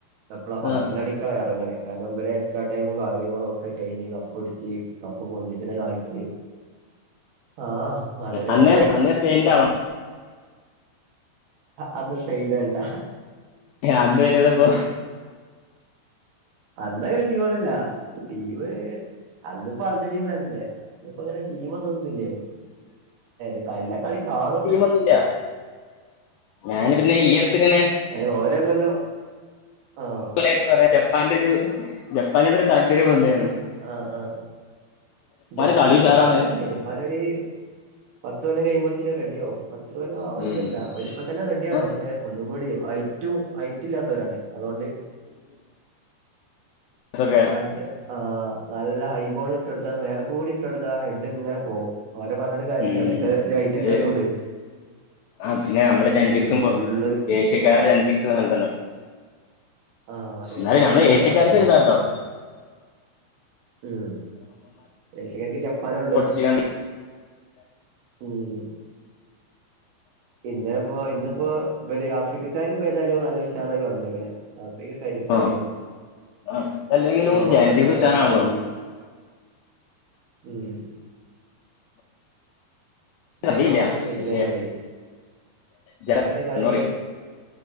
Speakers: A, on the right; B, on the left.
A: എപ്പളാ പന്ത്രണ്ടണി
B: ആ
A: ക്ക എറങ്ങണേ, കാരണം ഇവരെ എക്സ്ട്രാ ടൈമും കാര്യങ്ങളും ഒക്കെ കയ്ഞ് കപ്പൊടിച്ച് കപ്പ് പൊന്തിച്ചനെ കാണിച്ച് ആഹ് അതൊരു
B: അന്നേ
A: അനുഭവം
B: അന്നേ സ്പെയിന്റ് ആളാ
A: അന്ന് സ്‌പെയ്‌ന്റെല്ല
B: അന്ന് വരുന്നപ്പോ
A: അന്നങ്ങനെ ടീമൊന്നുല്ല ടീമ് അന്നിപ്പോ അർജന്റീൻ ഫ്രാൻസല്ലേ അപ്പോ അങ്ങനെ ടീമന്നുംന്നും ഇല്ലേനു ഇത എല്ലാം കളി കാണും
B: വന്നില്ല ഞാന് പിന്നെ ഈഎടക്ക്‌ങ്ങനെ
A: അയന് ഓരോ കൊല്ലം ആഹ്
B: ന്താ അയ്‌ന് പറ്യ ജപ്പാന്റെരു ജപ്പാനന്റെ ഒരു താല്പര്യംവന്നരുന്നു
A: ആഹ് ആഹ് ജപ്പാൻ
B: കളി ഉഷാറാണ്
A: ജപ്പാന്ണ്ട് പനൊരു പത്തു കൊല്ലം കയ്യുമ്പോത്തിന് റെഡി ആകും പത്ത് കൊല്ലം ആവണ്ടിര്ല്ല.
B: ഉം.
A: ഒരിപ്പ ന്നെ റെഡിയാ
B: ആ
A: ണ്. പക്ഷെ ഒന്നും കൂടി ഹൈറ്റും ഹൈറ്റ് ഇല്ലാത്തവരാണ് അതോണ്ട്
B: സക്ക
A: ഹഡ് ആ് നല്ല ഹൈബോൾ ഇട്ടൊട്ത്താ മേലക്കൂടി ഇട്ടൊടുത്താ ഹെഡ്ങ്ങനെ പോകും ഓരെ പറഞ്ഞിട്ട് കാര്യല്ല.
B: ഉം.
A: ഓര്ക്ക് ഇത് ഹൈറ്റ്ല്ലാത്തൊണ്ട്
B: അത് ആ പിന്നെ നമ്മളെ ജനറ്റിക്സും
A: ഫുള്ള്
B: കൊ ഏഷ്യക്കാരെ ജനറ്റക്സ് അങ്ങൻതന്നെ
A: ആ ഏഷ്യക്കാരന്നെ
B: ന്നാലും നഞമ്മള ഏഷ്യക്കാര്ക്കൊരി
A: താന്ന് കണ്ടത്
B: താട്ടോ
A: ഉം ഏഷ്യക്കാർക്ക് ജപ്പാനൊള്ളൂ
B: ഇയാണ്ട്
A: ഉം ഇന്നലെപ്പോ ഇന്നിപ്പോ വര് ആഫ്രിക്കക്കാർ ഇപ്പോ ഏതായാലും നല്ലുഷാറായി വന്ന്ക്ക്‌ണ് ആഫ്രിക്ക കരുത്തരായി.
B: ആ ആ. അതല്ലെങ്കിലും
A: മൊറോക്കൊക്കേതാ
B: ജനറ്റിക്സ് ഉഷാറാണല്ലോ
A: കളി ഉം മൊറോക്ക
B: കണ്ടില്ല
A: കിടിലൻ
B: മറ്റേ
A: കളി
B: ജ-
A: ക്കന്റെ കളി
B: എന്ന് പറയും.